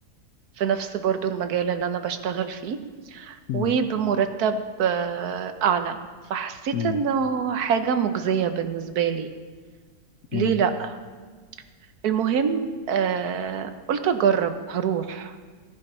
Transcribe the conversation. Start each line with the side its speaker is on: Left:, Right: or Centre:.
Right: في نفس برضو المجال اللي أنا بشتغل فيه
Left: مم.
Right: وبمرتب آه، أعلى فحسيت
Left: مم.
Right: إنه حاجة مجزية بالنسبة لي
Left: مم.
Right: ليه لأ المهم آه، قلت أجرب هروح